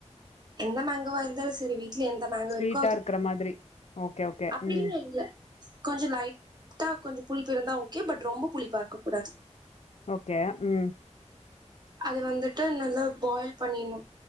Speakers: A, on the right; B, on the left.
A: எந்த மேங் எதுவா இருந்தாலு சரி வீ ட்ல எந்த மேங்கோ
B: ஸ்வீட்டா
A: இருக்கோ அது
B: இருக்கற மாதிரி ஓகே ஓகே
A: அப்படி
B: ம்
A: இல்ல இங்க கொஞ்சொ லைட்டா கொஞ்சொ புளிப் ப்பு இருந்தா ஓகே பட் ரொம்ப புளிப்பார்க்கக் கூடாது
B: ஓகே ம்
A: அது வந்துட்டு நல்லா பாயில் பண்ணின்ணு